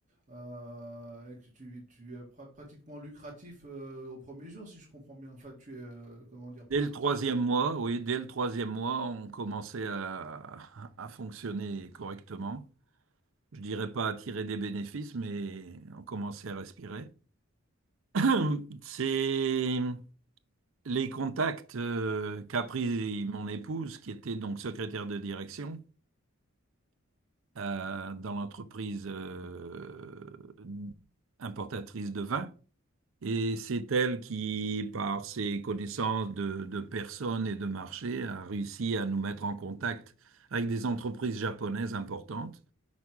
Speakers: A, on the right; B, on the right.
A: euh, et que tu, tu es pra- pratiquement lucratif euh, au premier jour, si je comprends bien. Enfin, tu es, euh, comment dire, positif.
B: Dès le troisième mois, oui, dès le troisième mois, on commençait à, à fonctionner correctement. Je dirais pas à tirer des bénéfices, mais on commençait à respirer. <clears throat> C'est les contacts euh, qu'a pris mon épouse, qui était donc secrétaire de direction euh, dans l'entreprise euh, importatrice de vin. Et c'est elle qui, par ses connaissances de, de personnes et de marché, a réussi à nous mettre en contact avec des entreprises japonaises importantes.